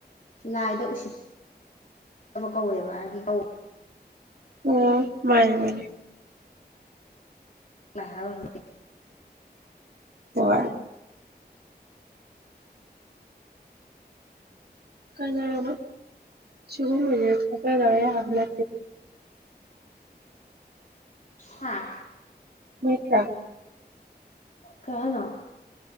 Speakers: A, on the left; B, on the right.
A: ꯂꯥꯏꯗ ꯎꯁꯤꯠꯕ ꯀꯧꯋꯦꯕ ꯍꯥꯏꯗꯤ ꯀꯧ
B: ꯑꯣ ꯃꯥꯅꯦ ꯃꯥꯅꯦ
A: ꯂ ꯍꯔꯥꯎ
B: ꯑ ꯀꯅ ꯆꯒꯨꯝ ꯊꯗꯦ ꯍꯥꯂ
A: ꯍꯥꯥ
B: ꯃꯦꯇ꯭ꯔꯥ
A: ꯀꯍꯅ